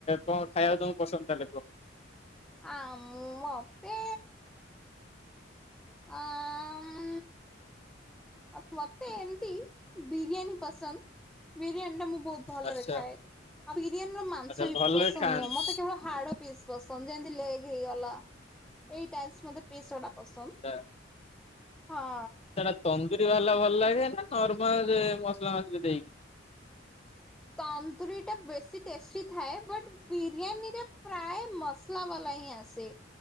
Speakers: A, on the left; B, in the centre.
A: କଣ ଖାଇବାକୁ ତମକୁ ପସନ୍ଦ ତାହାଲେ କୁହ।
B: ଆମ ମତେ ଆ ଅମ୍ ଆ ମତେ ଏମିତି ବିରିୟାନୀ ପସନ୍ଦ। ବିରିୟାନୀ ଟା ମୁଁ ବହୁତ ଭଲରେ
A: ଆଚ୍ଛା
B: ଖାଏ ଆଉ ବିରିୟାନୀର ମାଂସ
A: ଆଚ୍ଛା
B: ବି
A: ଭଲରେ
B: ପସନ୍ଦ
A: ଖାଆନ୍ତି।
B: ନୁହଁ ମ ମତେ କେବଳ ହାଡ ପିସ୍ ପସନ୍ଦ ଯେମତି ଲେଗ ହେଇଗଲା ଏଇ ଟାସ ମତେ ପିସ୍ ଗୁଡ଼ା ପସନ୍ଦ
A: ଆଚ୍ଛା
B: ହଁ।
A: ସେଟା ତନ୍ଦୁରୀ ବାହାରିଲା ଭଲ ଲାଗେ ନା ନର୍ମାଲ ମସଲା ମସଲି ଦେଇକି।
B: ତନ୍ଦୁରୀ ଟା ବେଶୀ ଟେଷ୍ଟି ଥାଏ ବଟ ବିରିୟାନୀ ରେ ପ୍ରାୟ ମସ୍ ଲା ବାଲା ହିଁ ଆସେ